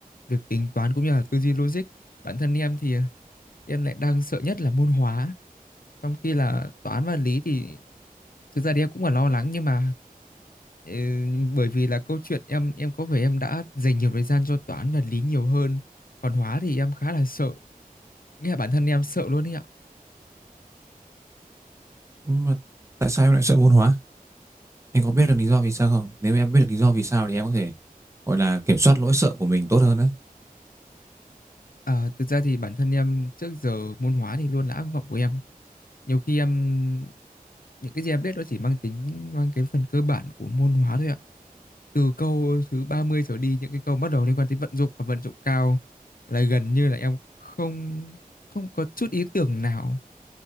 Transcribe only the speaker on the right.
mà tại sao em lại sợ môn hóa em có biết được lý do vì sao không nếu em biết được lý do vì sao thì em có thể gọi là kiểm soát lỗi sợ của mình tốt hơn đấy